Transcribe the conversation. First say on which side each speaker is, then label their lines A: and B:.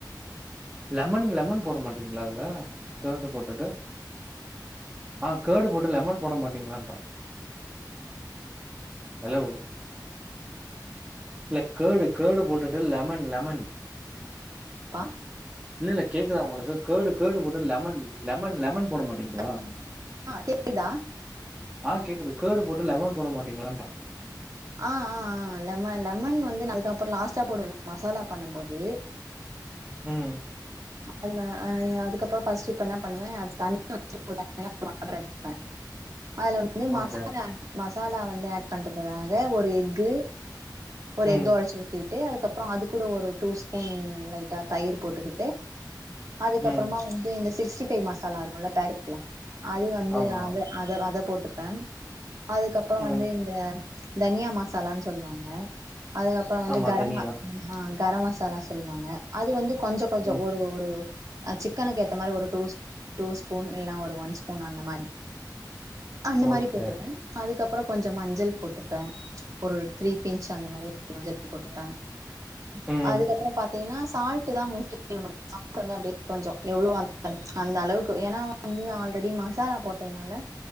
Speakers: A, on the right; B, on the right.
A: லெமன் லெமன் போட மாட்டீங்களா அதுல கேர்டு போட் த்துடு ஆ கேர்டு போட்டு லெமன் போட மாட்டீங்களான்றா ஹலோ இல்ல கேர்டு கேர்டு போட்டுட்டு லெமன் லெமன்
B: பா
A: இல்ல இல்ல கேக்குதா உளுக் கேர்டு கேர்டு போட்டு லெமன் லெமன் லெமன் போட மாட்டீங்களா
B: அக் அ கேக்குதுதா
A: ஆ கேக்குது கேடு போட்டு லெமன் போட மாட்டீங்களன்றா
B: அ அ அ லெமன் லெமன் வந்து அதுக்குப்பறம் லாஸ்ட்டா போடு மசாலா பண்ணுபோது
A: ம்
B: அதுல அ அதுக்கப்புறம் ஃபர்ஸ்ட் இப்ப என்ன பண்ணுவே அது தண்ணிய <unintelligible> எடுத்துப்பே அதுல வந்து
A: ஓகே
B: மசாலா <unintelligible> மசாலா வந்து ஆட் பண்றதுக்காக ஒரு எக்கு ஒரு
A: ம்
B: எஃக்க ஒடச்சி ஊத்தி ட்ரு அதுக்கப்பறம் அது கூட ஒரு டூ ஸ்பூன் லைட்டா தயிர் போட்டுக்கிட் ட்டு அதுக்கப்பறமா
A: ம்
B: வந்து இந்த சிக்ஸ்டி பே மசாலா இருக்கும்ல பேக்கெட்ல அது வந்து
A: ஆமா
B: அத அத அதப் போட்டுப்பே அதுக்கப்பறம்
A: ம்
B: வந்து இந்த தனியா மசாலான் சொல்லுவாங்க அதுக்கப்பறம் வந்து
A: ஆமா
B: கரம்
A: தனியா
B: அ கரம் மசாலா சொல்லுவாங்க அது வந்து கொஞ்ச கொஞ்ச
A: ம்
B: ஒரு ஒரு அ சிக்கனுக்கு ஏத்த மாரி ஒரு டூஸ் டூ ஸ்பூன் இல்லனா ஒரு ஒன் ஸ்பூன் அந்த மாரி அந்த
A: ஓகே
B: மாரி போட்டுப்பே அதுக்கப் அப்பறம் கொஞ்ச மஞ்சள் போட்டுப்பே ஒரு த்ரீப் பிஞ்ச் அந்த மாரி ஒரு மஞ்சள் போட்டு தாங்
A: ம்
B: அதுக்கப்பற பாத்தீங்கனா சால்ட் <unintelligible> வந்து அப்டிய கொஞ்ச எவ்ளவு அ அந்த அளவுக்கு ஏன்னா வந்து ஆல்ரெடி மசாலா போட்டதுனால